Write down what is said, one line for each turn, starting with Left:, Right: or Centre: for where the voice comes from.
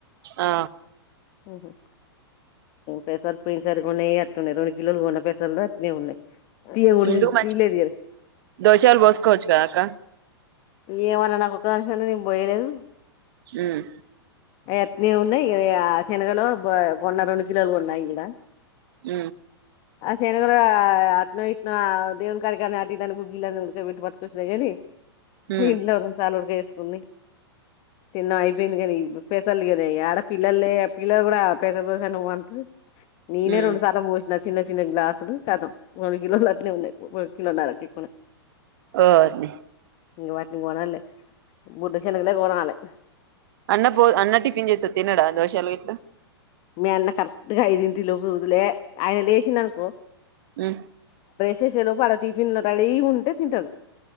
Right: ఆ
Left: ఓహో పేసర్ పున్సారుకు న్యారు న్నాయి రెండు కిలోలు కొన్న పసలు అటనే ఉన్నాయి తీయగుడ
Right: హిందు మంచి
Left: తీయలేదు తీయలే
Right: దోషాలు పోసుకోవచ్చు కదాక
Left: ఏమన్నా నాకు కుక్క అను ని పోయలేదు
Right: ఉమ్
Left: ఎత్ నవున్న శనగలో కొన్న రెండు కిలోలు కొన్నాయి ఇడ
Right: ఉ
Left: ఆ శనగాలని ఆటు ఇట్నో దేవుడికడికి అట ఇటు అయిన గుగ్గులు ఉడకపెట్టి పట్టుకొస్తా కానీ
Right: ఉమ్
Left: ఇల్లవరు చాలడ్గే <unintelligible> న్ని తిన్న అయిపోయింది కానీ పెసలు కద ఆడ పిల్లలే పిల్లలు కూడా పెద్ద బోజ నువ్ అంటారు నేనే
Right: ఉమ్
Left: రెండుసార్లు పోస్ చిన్న చిన్న గ్లాసులు కదం మూడు కిలోలు అల్టే ఉన్నాయి కిలో నరకి
Right: ఓర్ని
Left: ఇం వాట్ కొనను లే బుడ్డ శనగలే కొనాలే
Right: అన్న పో అన్న టిఫిన్ చేస్తే తినడ దోస చెలట్
Left: మీ అన్న కరెక్ట్ గా ఐదింటిలోపు లే ఆయన లేచిండనుకో
Right: ఆ
Left: చేసేలోపు ఆడ టిఫిన్లు రెడీ గా ఉంటే తింటాడు